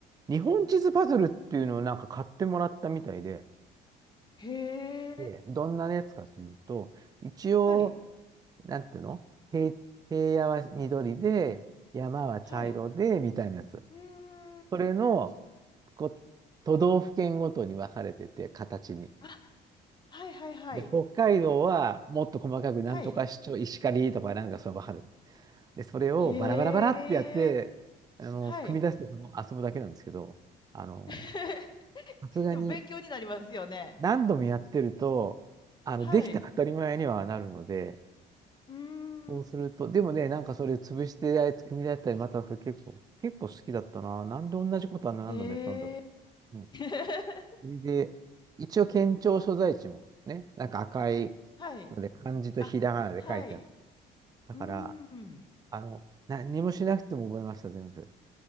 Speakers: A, on the right; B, on the left.
A: 日本地図パズルっていうのをなんか買ってもらったみたいで、
B: へ
A: で、
B: え。
A: どんなやつかというと、一応、
B: はい。
A: なんていうの平、平野は緑で、山は茶色で、
B: はい。
A: みたいなやつ。
B: うーん。
A: それの、こう、都道府県ごとに分かれてて、形に。
B: あ、はいはいはい。
A: で、北海道はもっと細かく、なんとか市長、
B: はい。
A: 石狩とかなんかそう分かる。で、それをバラバラバラってやって、
B: へえ。
A: あの、
B: はい。
A: 組み出してその遊ぶだけなんですけど、あの、
B: <laughs>
A: さすがに
B: でも勉強になりますよね。
A: 何度もやってると、あの、
B: はい。
A: できた当たり前にはなるので、
B: うー
A: そうすると、
B: ん。
A: でもね、なんかそれ潰してあいつ組み出したり、またそれ結構、結構好きだったな。なんで同じことは何度もやったんだろ
B: へえ。
A: う。うん。
B: <laughs>
A: それで、一応県庁所在地もね、なんか赤い
B: はい。
A: ので、漢字とひらがなで書いてあって、
B: あ、はい。
A: だから、
B: うーん。
A: あの、何もしなくても覚えました、全部。